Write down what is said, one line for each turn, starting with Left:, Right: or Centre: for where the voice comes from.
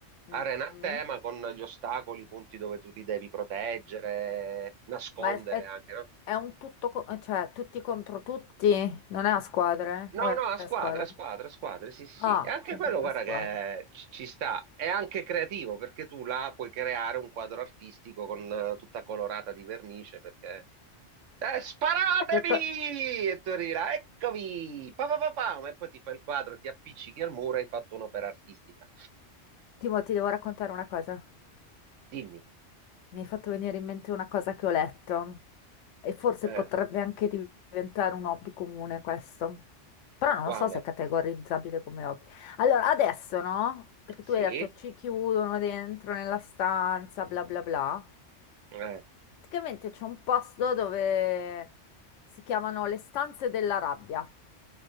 Left: mm,
Right: Arena a
Left: mm.
Right: tema con gli ostacoli, i punti dove tu ti devi proteggere, nascondere
Left: Ma è, è-
Right: anche, no?
Left: è un tutto, co- eh, cioè tutti contro tutti, non è a squadre?
Right: No,
Left: O è
Right: no, a
Left: a
Right: squadre,
Left: squadre?
Right: a squadre, a squadre, sì, sì,
Left: Ah,
Right: sì. E anche
Left: sempre
Right: quello, guarda,
Left: a squadre.
Right: che ci, ci sta. È anche creativo, perché tu là puoi creare un quadro artistico con eh, tutta colorata di vernice, perché... Eh, sparatemi!
Left: Sai che co-
Right: E tu arrivi là, eccomi! Pa, pa, pa, pam! E poi ti fai il quadro, ti appiccichi al muro e hai fatto un'opera artistica.
Left: Timo, ti devo raccontare una cosa.
Right: Dimmi,
Left: Mi hai fatto venire in mente una cosa che ho letto e forse
Right: eh,
Left: potrebbe anche diventare un hobby comune questo, però non
Right: quale?
Left: lo so se è categorizzabile come hobby. Allora, adesso no? Perché
Right: Sì?
Left: tu hai detto ci chiudono dentro nella stanza, bla bla bla.
Right: Eh.
Left: Praticamente c'è un posto dove si chiamano le stanze della rabbia.